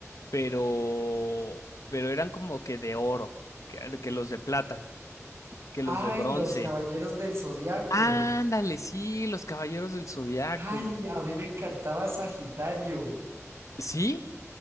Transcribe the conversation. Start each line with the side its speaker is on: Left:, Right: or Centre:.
Left: pero, pero eran como que de oro, que, que los de plata, que los
Right: Ay,
Left: de bronce.
Right: los Caballeros del Zodiaco.
Left: Ándale, sí, los caballeros del zodiaco.
Right: Ay, a mí me encantaba Sagitario.
Left: ¿Sí?